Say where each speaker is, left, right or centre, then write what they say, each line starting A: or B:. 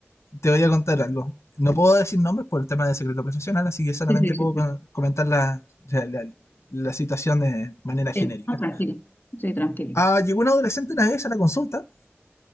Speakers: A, on the left; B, on the left.
A: te voy a contar algo. No puedo decir nombres por el tema del secreto profesional, así que solamente
B: Sí, sí,
A: puedo
B: sí.
A: con- comentar la, o la- la situación de manera
B: sí.
A: genérica.
B: Ah, tranquila. Sí, tranquila.
A: Ah, llegó una adolescente una vez a la consulta.